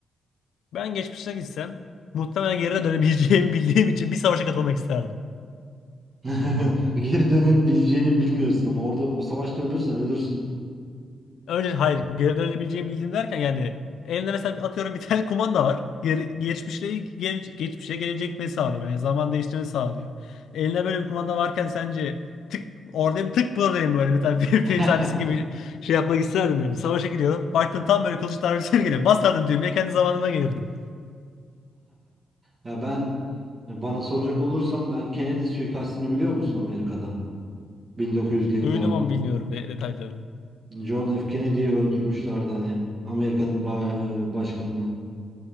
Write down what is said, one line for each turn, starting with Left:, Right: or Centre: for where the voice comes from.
Left: Ben geçmişe gitsem muhtemelen geri dönemeyeceğimi <laughs> bildiğim için bir savaşa katılmak isterdim.
Right: <laughs> Geri dönebileceğini bilmiyorsun ama orada o savaşta ölürsen ölürsün.
Left: Önce hayır geri dönebileceğimi bildiğim derken yani elinde mesela atıyorum bir tane kumanda var. Geri, geçmişle gele, geçmişe gelecek gitmeyi sağlıyor. Yani zaman değiştirmeyi sağlıyor. Eline böyle bir kumanda varken sence tık oradayım tık buradayım böyle bir tane <laughs> bir
Right: <laughs>
Left: film sahnesi gibi şey yapmak isterdim yani. Savaşa gidiyorum. Baktın tam böyle kılıç darbesi geliyor. Basardın düğmeye kendi zamanına gelirdin.
Right: Ya ben bana soracak olursan ben Kennedy suikastini biliyor musun Amerika'da? 1900'lü yıllarda.
Left: Duydum ama bilmiyorum de- detaylarını.
Right: John F. Kennedy'yi öldürmüşlerdi hani. Amerika'nın ba- başkanını.